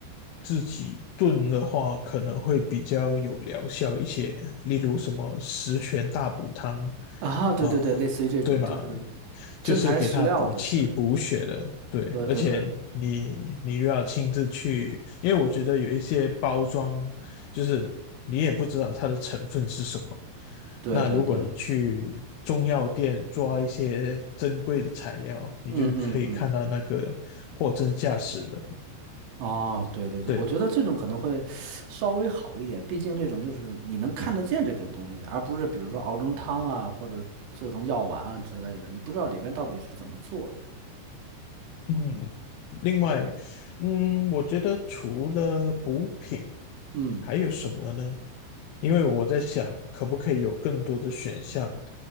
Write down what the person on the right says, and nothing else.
啊，对对对，
类似于这种就是
真材实料的，对的，
对对对
对对对。
嗯嗯嗯，哦，对对对，
我觉得这种可能会稍微好一点，毕竟这种就是你能看得见这种东西，而不是比如说熬成汤啊，或者做成药丸啊之类的，你不知道里边到底是怎么做的。
嗯，